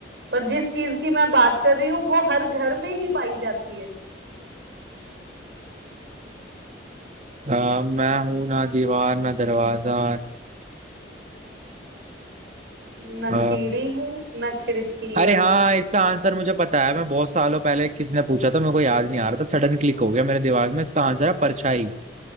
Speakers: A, on the right; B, on the right.
A: पर जिस चीज की मैं बात कर रही हूँ वो हर घर में ही पाई जाती है
B: अ, मैं हूं ना दीवार ना दरवाजा
A: ना
B: अ,
A: सीढ़ी हूँ ना खिड़की
B: अरे
A: वाला
B: हाँ इसका आंसर मुझे पता है मैं बहुत सालों पहले किसने पूछा था मेरे को याद नहीं आ रहा था सडन क्लिक हो गया मेरे दिमाग में इसका आंसर है परछाई